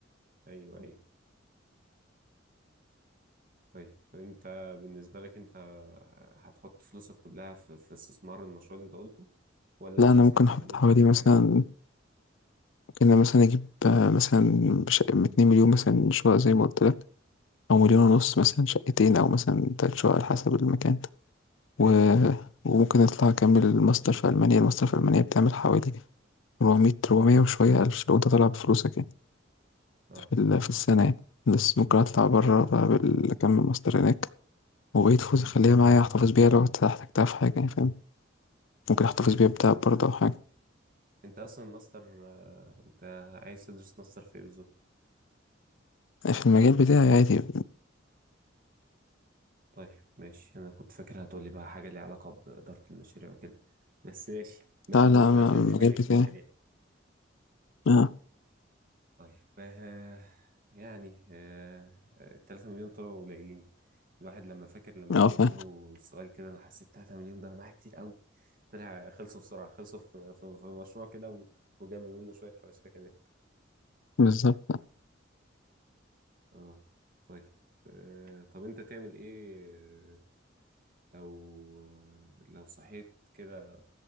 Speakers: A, on the right; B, on the left.
A: ايوه ايوه طيب انت بالنسبة لك انت هتحط فلوسك كلها في, في استثمار المشروع اللي انت قلته ولا
B: لأ
A: انت
B: أنا
A: اصلا
B: ممكن
A: كان
B: أحط
A: ممكن
B: حوالي
A: تعمل
B: مثلًا
A: حاجة تانية
B: ممكن أنا مثلًا أجيب آه، مثلًا بش ب2.000.000 مثلًا شقق زي ما قُلت لك أو 1.500.000
A: امم
B: مثلًا شقتين أو مثلًا 3 شقق على حسب المكان.
A: حلو
B: و- وممكن اطلع اكمل الماستر في المانيا الماستر في المانيا بتعمل حوالي 400 400 وشويه الف لو انت طالع بفلوسك يعني
A: اه
B: في ال- في السنه يعني بس ممكن اطلع بره بقى بال- اكمل ماستر هناك وبقيت فلوس اخليها معايا احتفظ بيها لو احتجتها في حاجه يعني فاهم ممكن احتفظ
A: تمام
B: بيها
A: انت
B: بتاع برضه او حاجه
A: انت اصلا ماستر آه، انت عايز تدرس ماستر في ايه بالظبط
B: في المجال بتاعي عادي
A: طيب ماشي انا كنت فاكر هتقولي بقى حاجة ليها علاقة بإدارة المشاريع وكده بس ماشي ما
B: لا لا
A: ممكن
B: أنا
A: عشان
B: المجال
A: دماغي
B: بتاعي
A: في مشاريع
B: اه
A: طيب آه يعني آه التلاتة مليون طلعوا قليلين الواحد لما فاكر لما
B: اه
A: انت
B: فاهم
A: قلت له السؤال كده انا حسيت 3 مليون ده انا معايا كتير قوي طلع خلصوا بسرعة خلصوا في, في, في مشروع كده و- وجنب منه شوية حبشتكنات
B: بالظبط
A: اه طيب آه طب انت تعمل ايه لو آه، لو صحيت كده